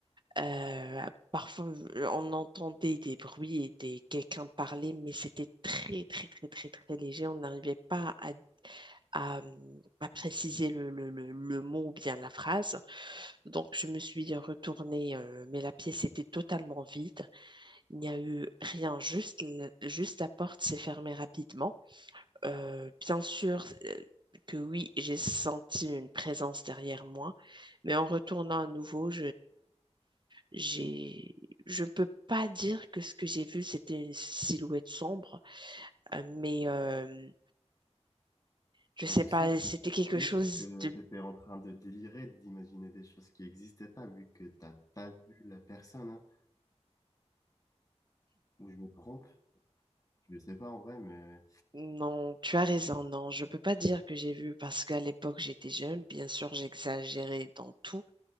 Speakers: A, on the right; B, on the left.
A: Euh, parfois, euh, on entendait des bruits et des, quelqu'un parler, mais c'était très, très, très, très, très léger. On n'arrivait pas à, à, à préciser le, le, le- le mot ou bien la phrase. Donc, je me suis retournée, euh, mais la pièce était totalement vide. Il n'y a eu rien, juste, la- juste la porte s'est fermée rapidement. Euh, bien sûr, euh, que oui, j'ai senti une présence derrière moi, mais en retournant à nouveau, j'ai, je ne peux pas dire que ce que j'ai vu, c'était une silhouette sombre, euh, mais euh, je sais
B: Ben, je
A: pas,
B: sais peut-être
A: c'était quelque chose
B: que
A: de...
B: tu étais en train de délirer, d'imaginer des choses qui n'existaient pas vu que t'as pas vu la personne, hein. Ou je me trompe, je ne sais pas en vrai, mais.
A: Non, tu as raison, non, je peux pas dire que j'ai vu parce qu'à l'époque j'étais jeune, bien sûr j'exagérais dans tout,